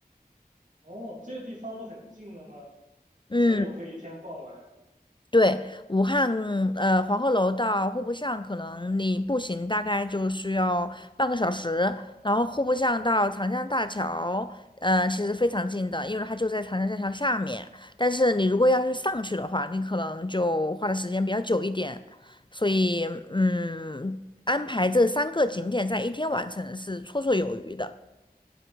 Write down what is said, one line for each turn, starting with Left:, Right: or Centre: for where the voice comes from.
Right: 哦，这些地方都很近的吗？
Left: 嗯。
Right: 所以我可以一天逛完。
Left: 对，武汉呃黄鹤楼到户部巷，可能你步行大概就需要半个小时，然后户部巷到长江大桥，呃，其实非常近的，因为它就在长江大桥下面。但是你如果要是上去的话，你可能就花的时间比较久一点，所以嗯，安排这三个景点在一天完成是绰绰有余的。